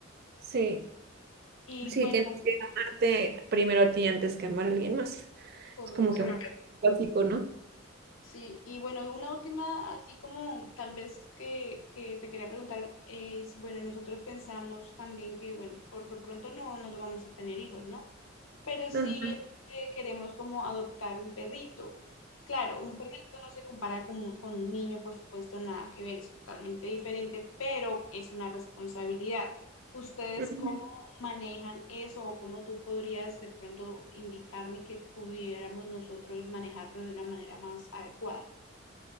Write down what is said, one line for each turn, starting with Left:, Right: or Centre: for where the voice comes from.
Right: sí,
Left: Y
Right: sí,
Left: bueno,
Right: tienes que amarte primero a ti antes que amar a alguien más.
Left: correcto.
Right: Es como que un básico, ¿no?
Left: Sí, y bueno, una última, así como tal vez que, que te quería preguntar, es, bueno, nosotros pensamos también que, bueno, por lo pronto no, no vamos a tener hijos, ¿no? pero sí
Right: Ajá,
Left: eh, queremos como adoptar un perrito. Claro, un perrito no se compara con, con un niño, por supuesto, nada que ver, es totalmente diferente, pero es una responsabilidad. ¿Ustedes
Right: ujú,
Left: cómo manejan eso o cómo tú podrías de pronto indicarme que pudiéramos nosotros manejarlo de una manera más adecuada?